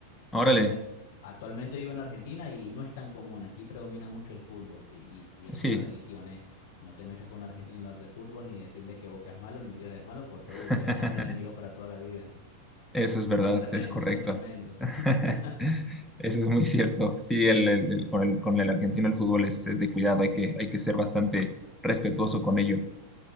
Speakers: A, in the centre; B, on the left (about 55°).
A: Órale,
B: Actualmente, actualmente vivo en Argentina y no es tan común, aquí predomina mucho el fútbol y, y- y es
A: sí.
B: una religión, ¿eh? No te metas con un argentino a hablar de fútbol ni decirle que Boca es malo ni River es malo porque
A: <laughs>
B: uh, te ganas un enemigo para toda la vida.
A: Eso es verdad,
B: Son tremendos,
A: es correcto.
B: son tremendos.
A: <laughs>
B: <laughs>
A: Eso es muy cierto. Sí, el, el- el- con el, con el argentino el fútbol es, es de cuidado, hay que, hay que ser bastante respetuoso con ello.